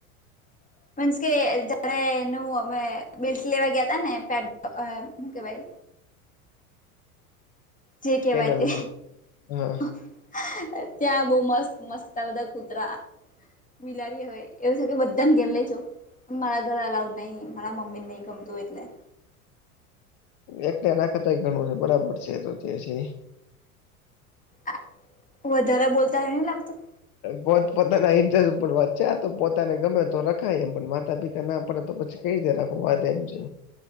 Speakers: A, on the left; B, on the left.
A: હ <inaudible>
B: મીન્સ કે જયારે એનું અમે બેલ્ટ લેવા ગયા તાને ત્યારે અ હું કેવાય. જે કેહેવાય
A: કેનલમાં
B: તે.
A: હા
B: હહ ત્યાં બહુ મસ્ત મસ્ત આ બધા કૂતરા. બિલાડી હોય એવું છે, કે બધાને ઘેર લઈ જઉં. અમારા ઘરે અલાઉડ નહીં, મારા મમ્મીને નહી ગમતું એટલે.
A: એકલા નાખતાય ઘણું છે, બરાબર છે, એ તો જે છે ઈ.
B: આ વધારે બોલતા હોય એવું નહી લાગતું?
A: પોત પોતાના ઇન્ટરેસ્ટ ઉપર વાત છે આતો પોતાને ગમે તો રખાય. એમ પણ માતા પિતા ના પાડે તો પછી કંઈ રીતે રાખું વાત એમ છે.